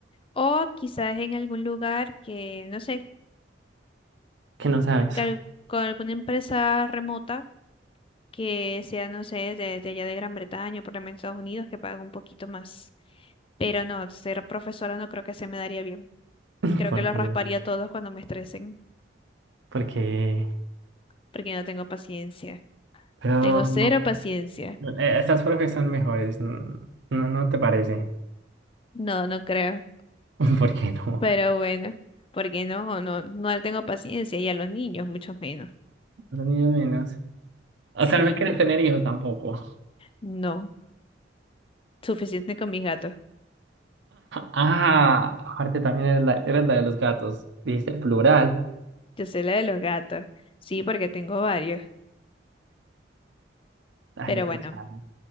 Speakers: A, on the left (about 30°); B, on the right (about 70°).
A: o quizás en algún lugar que, no sé,
B: ¿Qué no sabes?
A: que al- con alguna empresa remota que sea, no sé, de, de allá de Gran Bretaña o por lo menos Estados Unidos que pague un poquito más. Pero no, ser profesora no creo que se me daría bien.
B: <laughs>
A: Creo
B: Porque,
A: que los rasparía a todos cuando me estresen
B: porque,
A: porque no tengo paciencia.
B: pero
A: Tengo cero
B: mm,
A: paciencia.
B: eh, estas profes son mejores, ¿no, no no te parece?
A: No, no creo.
B: <laughs> ¿Por qué no?
A: Pero bueno, porque no, no, no tengo paciencia y a los niños mucho menos.
B: Los niños menos. O
A: Sí,
B: sea, no me quieres tener hijos tampoco. <laughs>
A: no. Suficiente con mis gatos.
B: Ah, aparte también eres la, eres la de los gatos. Dijiste plural.
A: Yo sé la de los gatos. Sí, porque tengo varios.
B: Dale,
A: Pero
B: qué
A: bueno,
B: charme.